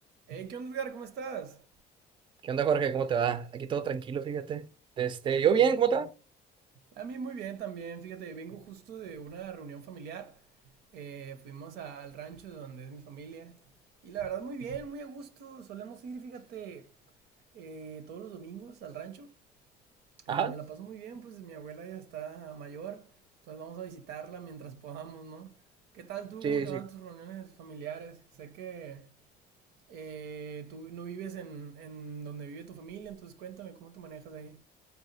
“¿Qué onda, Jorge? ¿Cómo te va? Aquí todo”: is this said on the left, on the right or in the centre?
Right